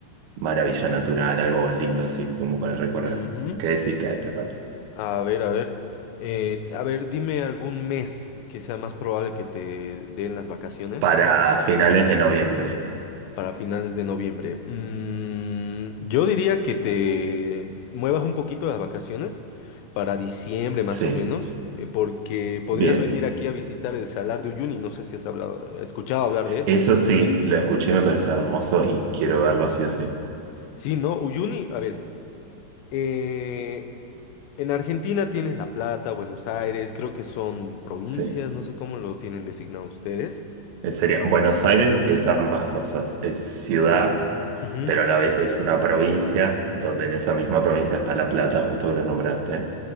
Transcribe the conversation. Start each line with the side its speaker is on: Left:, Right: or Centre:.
Right: maravilla natural, algo lindo así como para recorrer.
Left: Ujú.
Right: ¿Qué decís que hay para,
Left: A ver, a ver. eh, a ver, dime algún mes que sea más probable que te den las vacaciones
Right: para finales de noviembre?
Left: para finales de noviembre. Mm, yo diría que te muevas un poquito las vacaciones para diciembre más
Right: Sí,
Left: o menos, eh, porque podrías
Right: bien.
Left: venir aquí a visitar el Salar de Uyuni. No sé si has hablado, escuchado hablar de él.
Right: Eso sí, lo escuché y me parece hermoso y quiero verlo sí o sí.
Left: Sí, ¿no? Uyuni, a ver. eh, en Argentina tienes La Plata, Buenos Aires, creo que son provincias,
Right: Sí,
Left: no sé cómo lo tienen designado ustedes.
Right: Eh, sería, Buenos Aires es ambas cosas, es ciudad,
Left: Ujú.
Right: pero a la vez es una provincia, donde en esa misma provincia está La Plata, justo que la nombraste.